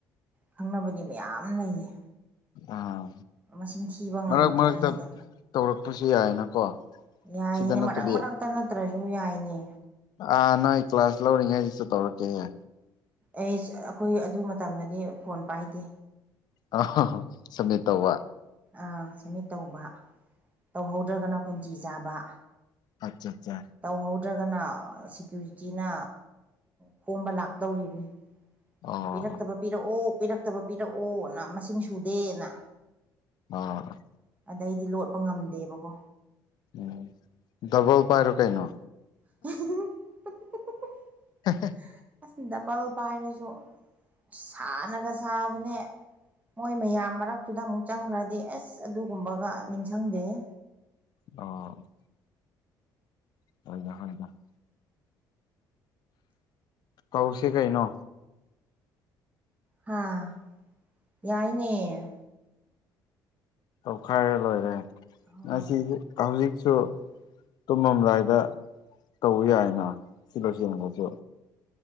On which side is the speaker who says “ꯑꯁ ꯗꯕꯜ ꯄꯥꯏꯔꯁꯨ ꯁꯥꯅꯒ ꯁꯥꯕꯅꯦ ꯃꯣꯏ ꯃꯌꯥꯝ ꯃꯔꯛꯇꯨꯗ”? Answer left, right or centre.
Right